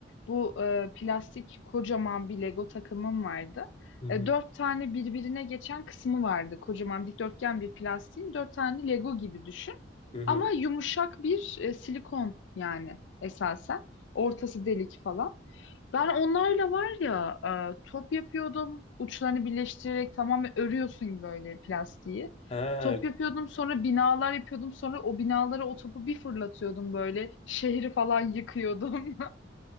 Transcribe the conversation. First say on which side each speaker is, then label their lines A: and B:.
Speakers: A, on the left; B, on the left.
A: Bu e, plastik kocaman bir Lego takımım vardı.
B: Hı hı,
A: E, dört tane birbirine geçen kısmı vardı. Kocaman dikdörtgen bir plastiğin dört tane Lego gibi düşün.
B: hı hı.
A: Ama yumuşak bir e, silikon yani esasen. Ortası delik falan. Ben onlarla var ya e, top yapıyordum. Uçlarını birleştirerek tamamen örüyorsun böyle plastiği.
B: Ha,
A: Top yapıyordum sonra binalar yapıyordum. Sonra o binalara o topu bir fırlatıyordum böyle. Şehri falan yıkıyordum.